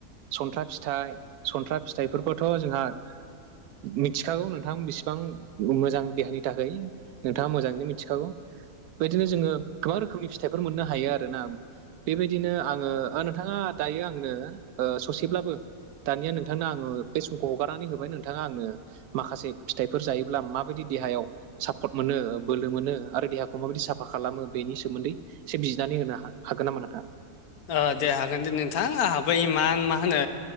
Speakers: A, on the right; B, on the left.
A: सनथ्रा फिथाय सनथ्रा फिथायफोर खौथ' जोंहा मिथिखागौ नोंथां बिसिबां मोजां देहानि थाखाय नोंथाङा मोजाङैनो मिथिखागौ बेदिनो जोङो गोबां रोखोमनि फिथाइफोर मोननो हायो आरो ना बेबायदिनो आङो नोंथाङा दायो आंनो ओ ससेब्लाबो दानिया नोंथांनो आङो बे समखौ हगारनानै होबाय नोंथाङा आंनो माखासे फिथाइफोर जायोब्ला माबायदि देहायाव सापर्ट मोनो बोलो मोनो आरो देहाखौ माबायदि साफा खालामो बेनि सोमोन्दै एसे बिजनानै होनो हा हागोन नामा नोंथाङा
B: ओ दे हागोन दे नोंथां आंहाबो इमान मा होनो